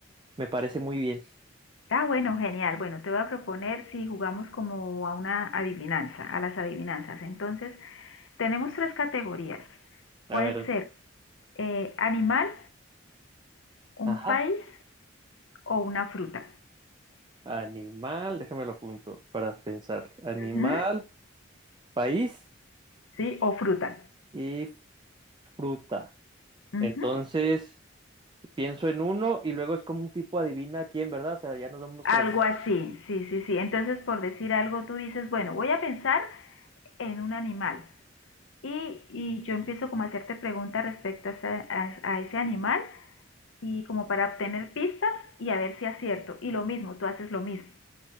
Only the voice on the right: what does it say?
me parece muy bien.
A
ver,
ajá,
animal, déjame lo apunto para pensar. Animal,
país
y fruta.
Entonces, pienso en uno y luego es como un tipo adivina quién, ¿verdad? O sea, ya nos vamos
preguntando.